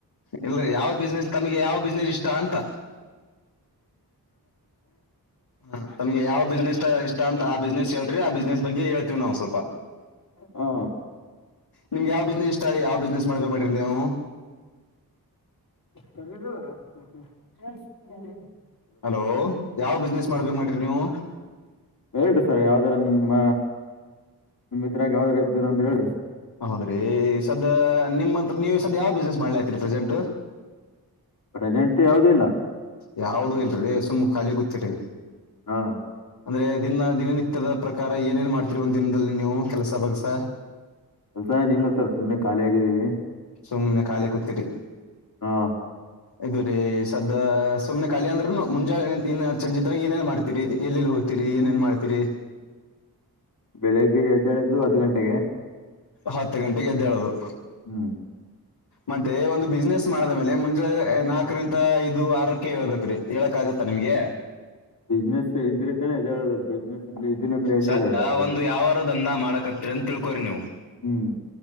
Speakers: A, on the left; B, on the left.
A: ಇಲ್ರರಿ ಯಾವ ಬಿಸ್ನೆಸ್ ತಮಗೆ ಯಾವ ಬಿಸ್ನೆಸ್ ಇಷ್ಟ ಅಂತ ಹ ತಮ್ಗೆ ಯಾವ ಬಿಸ್ನೆಸ್ ಇಷ್ಟ ಅಂತ ಆ ಬಿಸ್ನೆಸ್ ಹೇಳೇ್ರಿ ಆ ಬಿಸ್ನೆಸ್ ಬಗ್ಗೆ ಹೇಳ್ತೀವಿ್ ನಾ್ ಸ್ವಲ್ಪ
B: ಹಾ
A: ನಿಮ್ಗೆ ಯಾವ್ ಬಿಸ್ನೆಸ್ ಇಷ್ಟಾರಿೀ ಯಾವ್ ಬಿಸ್ನೆಸ್ ಮಾಡ್ಬೇಕಕ್ ಮಾಡ್ರಿ ನೀವು
B: ಚಗಿದಲ್ಲ ಹ್ಮ ಹ್ಮ
A: ಹಲೋ ಯಾವ್ ಬಿಸ್ನೆಸ್ ಮಾಡ್ಬೇಕಕ್ ಮಾಡ್ರಿ ನೀವು
B: ಹೇಳ್ರಿ ಸರ್ ಯಾವ್ದಾರ ನಿಮಮ್ಮ ನಿಮಮ್ಮ ಇದ್ರಾಗ ಯಾವ್ದಾರ ಇದರು ಅಂತ ಹೇಳ್ರಿ
A: ಹೌದ್ರಿ ಸದ ನಿಮ್ಮತ್ರ ನೀವು್ ಸದ್ ಯಾವ್ ಬಿಸ್ನೆಸ್ ಮಾಡ್ಲತ್ರಿ ಪ್ರೆಸೆಂಟ್
B: ಪ್ರೆಸೆಂಟ್ ಯಾವದ ಇಲ್ಲ
A: ಯಾವ್ದೂ ಇಲ್ರಿ ಸುಮ್ಮ್ ಖಾಲಿ ಕೂತ್ರಿ
B: ಹಾ
A: ಅಂದ್ರೆ ದಿನ ದಿನನಿತ್ಯದ ಪ್ರಕಾರ ಏನೇನ್ ಮಾಡ್ತಿರುವ ದಿನದಲ್ಲಿ ನೀವು ಕೆಲಸ ಭಾಗಸ
B: ಹೊಸಾಯ ನಿಲ್ಲತ್ತರ್ ಸುಮನೆ ಖಾಲಿ ಆಗಿದ್ದೀಿ
A: ಸುಮ್ನೆ ಖಾಲಿ ಕೂತಿೀರಿ
B: ಹಾ
A: ಇದು ರೀ ಸದ ಸುಮನೆಖಿ ಅಂದ್ರರುನು ಮುಂಜಳೆ ಏ ಸಂಜಿತನ ಏನೇನ್ ಮಾಡ್ತಿೀರಿ ಎಲ್ಲೆಲ್ಲಿ ಹಿ ಡ್ತೀರಿ ಏನೇನ್ ಮಾಡ್ತೀರಿ
B: ಬೆಳಿಗ್ಗೆ ಎದ್ದಳೆ್ದದು ಹದ್ ಗಂಟೆಗೆ
A: ಹತ್ತು ಗಂಟೆಗೆ ಎದ್ದೇಳೋದು
B: ಹ್ಮ್
A: ಮತ್ತೆ ಒಂದು ಬಿಸ್ನೆಸ್ ಮಾಡದ ಮೇಲೆ ಮುಂಜಾೆ ನಾಲ್ಕರಿಂತ ಐದು ಆರಕ್ಕೆ ಹೇಳ್ಬೇಕ್ರೀ ಹೇಳಕ್ ಆಗತ್ ತ್ತ ನಿಮ್ಗೆ
B: ಬಿಸ್ನೆಸ್ ಇದ್ರೆ ತಾನೆ ಅದ ಹೇಳೋದು ಬಿಸ್ನೆಸ್ ಇದಿಲ್ಲ ಅಂದ್ರೆ ಎಲ್ಲಿಲ್ಲ
A: ಸದ
B: ಎದ್ದೇಳೋದು
A: ಒಂದ್ ಯಾವಾರ ದಂದ ಮಾಡಕತ್ತೀರಿ ಅಂತ ತಿಳ್ಕೋ್ರಿ ನೀವು
B: ಹ್ಮ್